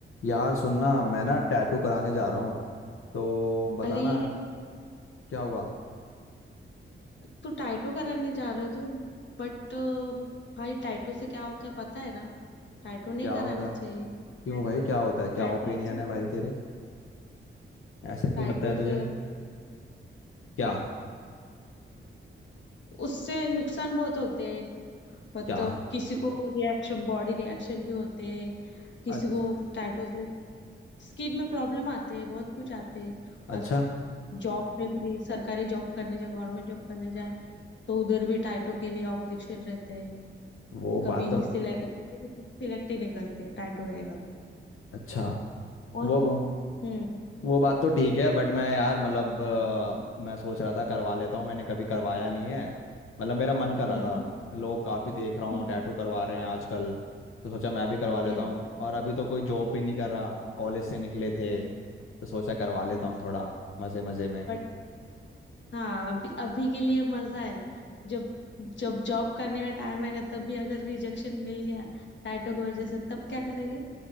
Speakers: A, on the left; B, on the left.
A: यार सुनना मैं ना टैटू कराने जा रहा हूँ तो बताना
B: अरे
A: क्या हुआ
B: तो टाइटो कराने जा रहे हो तुम बट भाई टाइटो से क्या होता है पता है ना टाइटो नहीं
A: क्या होता
B: कराना चाहिए
A: है क्यों
B: टाइटो
A: भाई क्या होता है क्या
B: टाइटो
A: ओपिनियन
B: अच्छा
A: है
B: होता
A: भाई
B: है।
A: तेरे ऐसा क्यों
B: टाइटो
A: लगता है तुझे
B: से
A: क्या
B: उससे नुकसान बहुत होते हैं मतलब
A: क्या
B: किसी को रिएक्शन बॉडी रिएक्शन भी होते हैं किसी
A: अच-
B: को टाइटो से स्किन में प्रॉब्लम आते हैं बहुत कुछ आते हैं
A: अच्छा
B: और जॉब पे भी सरकारी जॉब करने जाए गवर्नमेंट जॉब करने जाए तो उधर भी टाइटो के लिए ऑब्जेक्शन रहते हैं
A: वो
B: कभी
A: बात तो
B: सिलेक्ट सिलेक्ट ही नहीं करते टाइटो रहेगा तो
A: अच्छा
B: और
A: वो
B: हम्म
A: वो बात तो ठीक है बट मैं यार मतलब अ,
B: हाँ,
A: मैं सोच रहा था करवा लेता हूँ मैंने कभी करवाया नहीं है मतलब मेरा मन कर रहा
B: हम्म
A: था लोग काफ़ी देख रहा हूँ
B: हम्म
A: टैटू करवा रहे हैं आजकल तो सोचा मैं भी करवा लेता
B: Yes
A: हूँ और अभी तो कोई जॉब भी नहीं कर रहा कॉलेज से निकले थे
B: yes
A: तो सोचा करवा लेता
B: yes
A: हूँ थोड़ा मज़े मज़े में
B: बट हाँ अभी अभी के लिए मजा है जब जब जॉब करने का टाइम आएगा तब भी अगर रिजेक्शन मिल गया टाइटो की वजह से तब क्या करेंगे